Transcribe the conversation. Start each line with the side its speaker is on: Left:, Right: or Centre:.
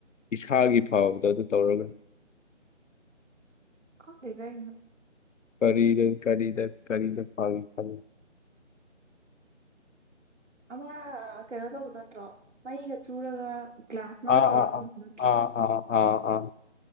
Left: ꯏꯁꯥꯒꯤ ꯐꯕꯗ ꯑꯗꯨ ꯇꯧꯔꯒꯅꯤ
Right: ꯀꯗꯗꯁꯨ
Left: ꯀꯔꯤꯗ ꯀꯔꯤꯗ ꯀꯔꯤꯗ ꯐꯥꯔꯤ ꯈ
Right: ꯑꯃ ꯀꯩꯅꯣ ꯇꯧꯕꯗꯣ ꯅꯠꯇ꯭ꯔꯣ ꯃꯩꯒ ꯆꯨꯔꯒ ꯒ꯭ꯂꯥꯁꯅꯒ
Left: ꯑꯥ
Right: ꯇꯧꯔ
Left: ꯑꯥ
Right: ꯇꯧꯕ
Left: ꯑꯥ
Right: ꯅꯠꯇ꯭ꯔꯣ
Left: ꯑꯥ ꯑꯥ ꯑꯥ ꯑꯥ